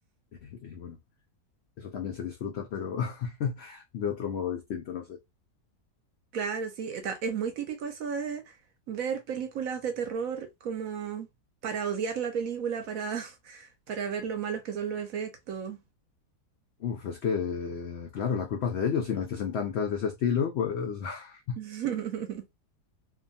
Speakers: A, on the left; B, on the right.
A: Y bueno, eso también se disfruta, pero <laughs> de otro modo distinto, no sé.
B: Claro, sí, está- es muy típico eso de ver películas de terror como para odiar la película, para, <laughs> para ver lo malos que son los efectos.
A: Uf, es que, claro, la culpa es de ellos, si no hiciesen tantas de ese estilo, pues, <laughs>
B: <laughs>